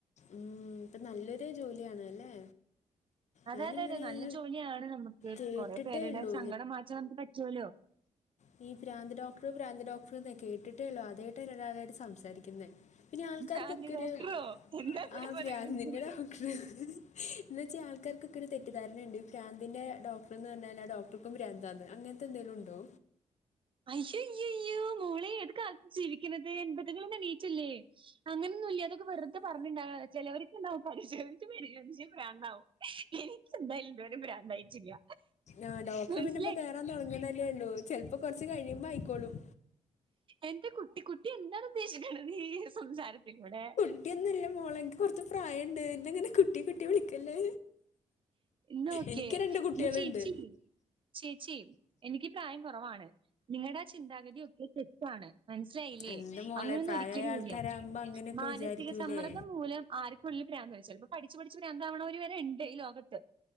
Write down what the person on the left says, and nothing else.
ഉം ഇപ്പൊ നല്ലൊരു ജോലിയാണ് അല്ലേ
ഞാനിങ്ങനെ
ഈ
കേട്ടിട്ടേ
ഉള്ളൂ
നീ പ്രാന്ത് ഡോക്ടറ് പ്രാന്ത് ഡോക്ടറ്ന്ന് കേട്ടിട്ടേള്ളൂ ആദ്യായ്ട്ടാണ് ഒരാളായിട്ട് സംസാരിക്ക്ന്നെ പിന്നെ ആൾക്കാര്ക്കൊക്കെര്
ആഹ് പ്രാ
നിന്നെ രാ ന്ന് വെച്ചാ ആൾക്കാര്ക്കൊക്കെര് തെറ്റിദ്ധാരണണ്ട് പ്രാന്ത്ൻ്റെ ഡോക്ടറ്ന്നർഞ്ഞാല് ആ ഡോക്ടർക്കും ഭ്രാന്താന്ന് അങ്ങൻത്തെന്തേലും ഉണ്ടോ
ആ ഡോക്ടർ
പിന്നെ ഇപ്പോൾ കയറാൻ തുടങ്ങുന്നതല്ലേ ഉള്ളൂ ചിലപ്പോ കുറച്ച് കഴിയുമ്പോ ആയിക്കോളും
കുട്ടിയൊന്നുംല്ല മോളെ ഇനിക്ക് കുറച്ച് പ്രായണ്ട് എന്നങ്ങനെ കുട്ടി കുട്ടി വിളിക്കല്ലേ
എനിക്ക് രണ്ട്
കുട്ടികളുണ്ട്
എന്റെ മോളെ
പ്രായമായ
ആൾക്കാരാകുമ്പോ
അങ്ങനെയൊക്കെ
വിചാരിക്കൂലേ